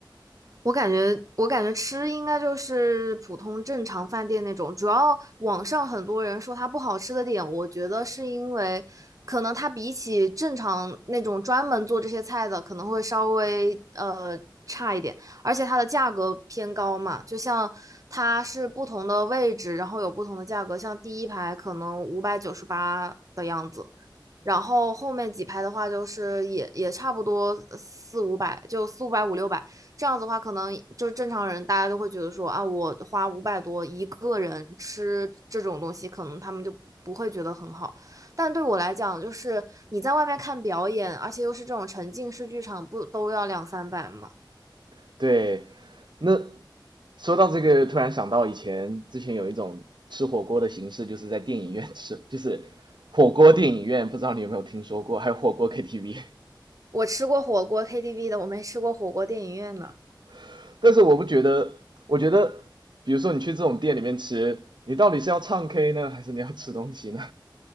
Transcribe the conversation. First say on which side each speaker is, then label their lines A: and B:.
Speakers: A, on the right; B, on the right.
A: 我感觉，我感觉吃应该就是普通正常饭店那种。主要网上很多人说它不好吃的点，我觉得是因为可能它比起正常那种专门做这些菜的，可能会稍微呃差一点，而且它的价格偏高嘛。就像它是不同的位置，然后有不同的价格，像第一排可能五百九十八的样子，然后后面几排的话，就是也也差不多四五百，就四五百五六百这样子的话，可能就是正常人大家都会觉得说啊，我花五百多一个人吃这种东西，可能他们就不会觉得很好。但对我来讲，就是你在外面看表演，而且又是这种沉浸式剧场，不都要两三百吗？
B: <laughs> 对。那说到这个，突然想到以前之前有一种吃火锅的形式，就是在电影院吃，<laughs> 就是火锅电影院，不知道你有没有听说过，还有火锅 KTV。
A: 我吃过火锅 KTV 的，我没吃过火锅电影院呢。
B: <laughs> 但是我不觉得，我觉得，比如说你去这种店里面吃，你到底是要唱 K 呢，还是你要吃东西呢？